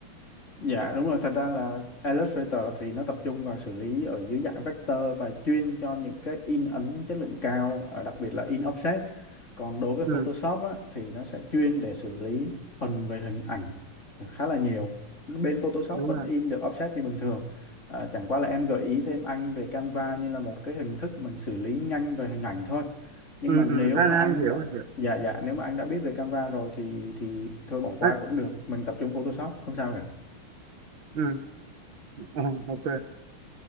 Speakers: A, on the left (about 35°); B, on the right (about 65°).
A: Dạ đúng rồi, thật ra là Illustrator thì nó tập trung vào xử lý ở dưới dạng vector và chuyên cho những cái in ấn chất lượng cao, ờ, đặc biệt là in offset. Còn đối với Photoshop
B: ừ,
A: á, thì nó sẽ chuyên để xử lý thuần về hình ảnh khá là nhiều. Bên Photoshop
B: đúng
A: vẫn
B: rồi
A: in được offset như bình thường. Ờ, chẳng qua là em gợi ý thêm anh về Canva như là một cái hình thức mình xử lý nhanh về hình ảnh thôi. Nhưng
B: ừ,
A: mà nếu
B: ừ, anh
A: mà
B: anh
A: anh
B: hiểu
A: đã
B: anh hiểu
A: dạ dạ nếu mà anh đã biết về Canva rồi thì thì thôi bỏ qua
B: anh,
A: cũng được, mình tập trung Photoshop không sao cả.
B: ừ, ờ, ok